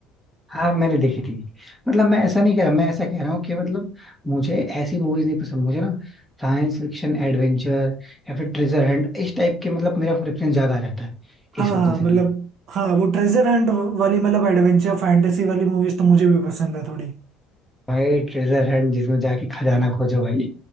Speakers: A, in the centre; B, on the right (about 50°).
A: हाँ मैंने देखी थी मतलब मैं ऐसा नहीं कह रहा मैं ऐसा कह रहा हूँ कि मतलब मुझे ऐसी मूवीज नहीं पसंद मुझे ना साइंस फिक्शन एडवेंचर या फिर ट्रेजर हंट इस टाइप के मतलब मेरा प्रेफरेंस ज्यादा रहता है
B: हाँ
A: इस वजह
B: हाँ
A: से
B: मतलब
A: भाई
B: हाँ वो ट्रेजर हंट वाली मतलब एडवेंचर फैंटेसी वाली मूवीज तो मुझे भी पसंद है थोड़ी
A: भाई ट्रेजर हंट जिसमें जाके खजाना खोजो भाई